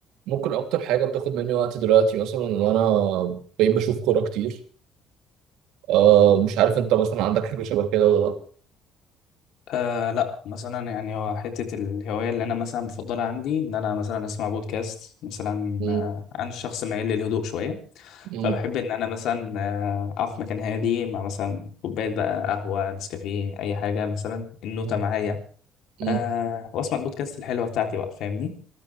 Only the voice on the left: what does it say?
آه لا مثلا يعني هو حتة الهواية اللي أنا مثلا بفضلها عندي إن أنا مثلا أسمع بودكاست مثلا
آه، عن الشخص مايل للهدوء شوية
فبحب إن أنا مثلا آه، أقف في مكان هادي مع مثلا كوباية بقى قهوة نسكافيه أي حاجة مثلا النوتة
معايا
آه وأسمع البودكاست الحلوة بتاعتي بقى فاهمني